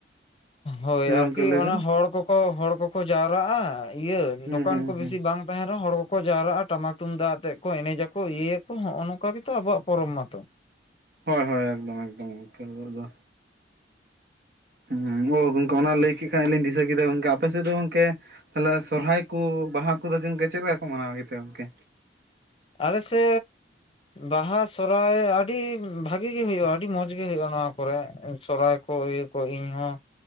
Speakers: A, on the left; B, on the right.
A: ᱦᱳᱭ
B: ᱦᱮᱸ
A: ᱟᱨᱠᱤ
B: ᱜᱚᱝᱠᱮ ᱞᱟᱹᱭ
A: ᱚᱱᱟ
B: ᱵᱮᱱ
A: ᱦᱚᱲ ᱠᱚᱠᱚ ᱦᱚᱲ ᱠᱚᱠᱚ ᱡᱟᱣᱨᱟᱜᱼᱟ ᱤᱭᱟᱹ
B: ᱦᱩᱸ
A: ᱫᱚᱠᱟᱱ
B: ᱦᱩᱸ
A: ᱠᱚ ᱵᱮᱥᱤ
B: ᱦᱩᱸ
A: ᱵᱟᱝ ᱛᱟᱦᱮᱱᱟᱦᱚᱸ ᱦᱚᱲ ᱠᱚ ᱠᱚ ᱡᱟᱣᱨᱟᱜᱼᱟ ᱴᱟᱢᱟᱠ ᱛᱩᱢᱫᱟᱜ ᱡᱟᱣᱨᱟᱜ ᱟ ᱴᱟᱢᱟᱠ ᱛᱩᱢᱫᱟᱜ ᱟᱛᱮ ᱠᱚ ᱮᱱᱮᱡᱟᱠᱚ ᱤᱭᱟᱹᱭᱟᱠᱚ ᱱᱚᱜᱼᱚ ᱱᱚᱝᱠᱟ ᱜᱮᱛᱚ ᱟᱵᱚᱣᱟᱜ ᱯᱚᱨᱚᱵ ᱢᱟᱛᱚ᱾
B: ᱦᱳᱭ ᱦᱳᱭ ᱮᱠᱫᱚᱢ ᱮᱠᱫᱚᱢ ᱜᱚᱝᱠᱮ ᱟᱵᱚᱣᱟᱜ ᱫᱚ᱾ ᱦᱮᱸ ᱜᱚᱝᱠᱮ ᱚᱱᱟ ᱞᱟᱹᱭ ᱠᱮᱫ ᱠᱷᱟᱱ ᱞᱤᱧ ᱫᱤᱥᱟᱹ ᱠᱮᱫᱟ ᱜᱚᱝᱠᱮ ᱟᱯᱮ ᱥᱮᱫ ᱫᱚ ᱜᱚᱢᱠᱮ, ᱛᱟᱦᱚᱞᱮ ᱥᱚᱨᱦᱟᱭ ᱠᱚ ᱵᱟᱦᱟ ᱠᱚᱫᱚ ᱪᱚᱝᱠᱮ ᱪᱮᱫ ᱞᱮᱠᱟ ᱠᱚ ᱢᱟᱱᱟᱣᱟ ᱜᱮᱛᱮ ᱜᱚᱝᱠᱮ?
A: ᱟᱞᱮ ᱥᱮ ᱵᱟᱦᱟ ᱥᱦᱟᱭ ᱟᱹᱰᱤ ᱵᱷᱟᱜᱤ ᱜᱮᱤ ᱦ ᱵᱟᱦᱟ ᱥᱚᱨᱦᱟᱭ ᱟᱹᱰᱤ ᱵᱷᱟᱜᱤ ᱜᱤ ᱦᱩᱭᱩᱜᱼᱟ, ᱟᱹᱰᱤ ᱢᱚᱸᱡᱽᱜᱤ ᱦᱩᱭᱩᱜᱭᱼᱟ ᱱᱚᱣᱟ ᱠᱚᱨᱮ ᱥᱚᱨᱚᱦᱦᱟᱭ ᱠᱚ᱾ ᱠᱚ ᱤᱧ ᱦᱚᱸ